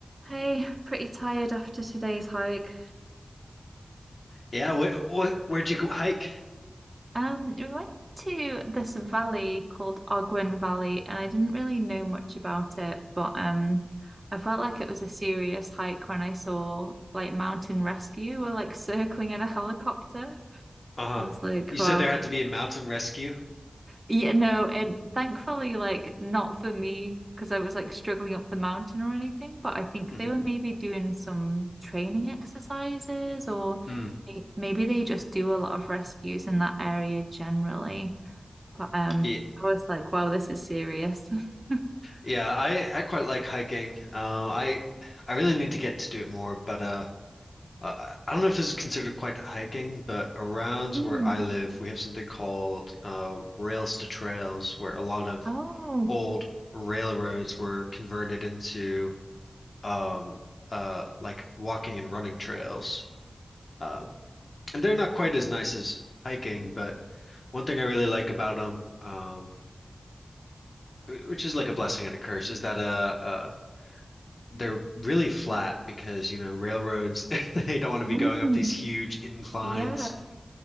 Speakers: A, on the right; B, on the left.
A: Hey, pretty tired after today's hike.
B: Yeah, what what where'd you go hike?
A: Um, we went to this valley called Ogwen Valley, and I didn't really know much about it, but um, I felt like it was a serious hike when I saw like Mountain Rescue were like circling in a helicopter.
B: Uh-huh.
A: I was like,
B: You
A: wow,
B: said there had to be a mountain rescue.
A: Yeah, no, and thankfully, like, not for me because I was like struggling up the mountain or anything, but I think
B: hmm
A: they were maybe doing some training exercises or
B: Mm.
A: may- maybe they just do a lot of rescues in that area generally. But um,
B: Yeah,
A: I was like, wow, this is serious. <laughs>
B: yeah, I I quite like hiking. Um, I I really need to get to do it more, but uh, uh, I don't know if this is considered quite hiking, but around
A: Mm.
B: where I live, we have something called um, rails to trails, where a lot of
A: Oh,
B: old railroads were converted into um uh like walking and running trails. Um, and they're not quite as nice as hiking, but One thing I really like about them, um, which is like a blessing and a curse, is that uh, uh, they're really flat because you know railroads <laughs> they don't want
A: mm.
B: to be going up these huge inclines,
A: Yeah.